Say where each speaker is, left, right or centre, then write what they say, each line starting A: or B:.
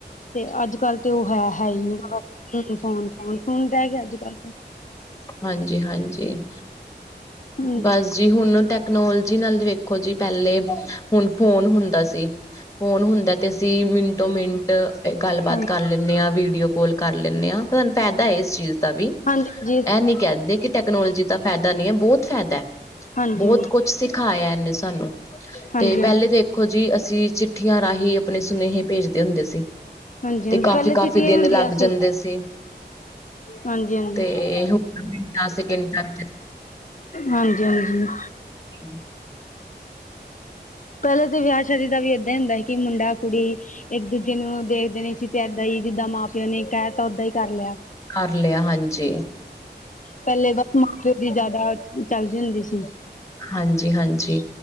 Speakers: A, on the left (about 45°); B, on the left (about 15°).
A: ਤੇ ਅੱਜ-ਕਲ ਤੇ ਓ ਹੈ ਹੈ ਈ ਨੀਂ। ਫੋਨ, ਫੋਨ ਫੂਨ ਰੈ ਗਿਆ ਅੱਜ-ਕਲ ਤੇ।
B: ਹਾਂਜੀ ਹਾਂਜੀ,
A: ਹਾਂਜੀ
B: ਬਸ। ਜੀ ਹੁਣ ਟੈਕਨੋਲੋਜੀ ਨਾਲ ਵੇਖੋ ਜੀ। ਪੈਲੇ ਹੁਣ ਫੋਨ ਹੁੰਦਾ ਸੀ, ਫੋਨ ਹੁੰਦਾ ਤੇ ਅਸੀਂ ਮਿੰਟੋ-ਮਿੰਟ ਗੱਲਬਾਤ
A: ਹਾਂਜੀ
B: ਕਰ ਲੈਂਣੇ ਆਂ, ਵੀਡੀਓ ਕਾੱਲ ਕਰ ਲੈਣੇ ਆਂ। ਤਾਨੂੰ ਫੈਦਾ ਐ, ਇਸ ਚੀਜ਼ ਦਾ ਵੀ।
A: ਹਾਂਜੀ ਹਾਂਜੀ
B: ਐ ਨੀਂ ਕੈਂਦੇ ਕਿ ਟੈਕਨੋਲੋਜੀ ਦਾ ਫੈਦਾ ਨੀਂ ਐ, ਬੋਤ ਫੈਦਾ।
A: ਹਾਂਜੀ
B: ਬੋਹਤ
A: ਹਾਂਜੀ
B: ਕੁਛ ਸਿਖਾਇਆ ਇਨੇਂ ਸਾਨੂੰ।
A: ਹਾਂਜੀ
B: ਤੇ
A: ਹਾਂਜੀ
B: ਪੈਲੇ ਤੇ ਦੇਖੋ ਜੀ, ਅਸੀਂ ਚਿੱਠੀਆਂ ਰਾਹੀਂ ਆਪਣੇ ਸੁਨੇਹੇ ਭੇਜਦੇ ਹੁੰਦੇ ਸੀ।
A: ਹਾਂਜੀ
B: ਤੇ
A: ਹਾਂਜੀ
B: ਕਾਫੀ,
A: ਪਹਿਲੇ
B: ਕਾਫੀ
A: ਚਿੱਠੀਆਂ
B: ਦਿਨ
A: ਹੀ ਹੁੰਦੀਆਂ
B: ਲੱਗ ਜਾਂਦੇ ਸੀ।
A: ਹਾਂਜੀ ਹਾਂਜੀ
B: ਤੇ ਹੁਣ ਮਿੰਟਾਂ ਸਕਿੰਟਾਂ ਵਿੱਚ
A: ਹਾਂਜੀ ਹਾਂਜੀ
B: <unintelligible> ਠੀ
A: ਪੈਲੇ ਤਾਂ ਵਿਆਹ ਸ਼ਾਦੀ ਦਾ ਵੀ ਏਦਾਂ ਈ ਹੁੰਦਾ ਸੀ ਕਿ ਮੁੰਡਾ ਕੁੜੀ ਇੱਕ ਦੂਜੇ ਨੂੰ ਦੇਖਦੇ ਨੀਂ ਸੀ ਤੇ ਏਦਾਂ ਈ ਜਿੱਦਾਂ ਮਾਂ-ਪਿਓ ਨੇ ਕੈਅ ਤਾਂ ਓਦਾਂ ਈ ਕਰ ਲਿਆ।
B: ਕਰ ਲਿਆ, ਹਾਂਜੀ।
A: ਪੈਲੇ ਬਸ, ਮਾਂ-ਪਿਓ ਦੀ ਜਿਆਦਾ ਚੱਲਦੀ ਹੁੰਦੀ ਸੀ।
B: ਹਾਂਜੀ, ਹਾਂਜੀ।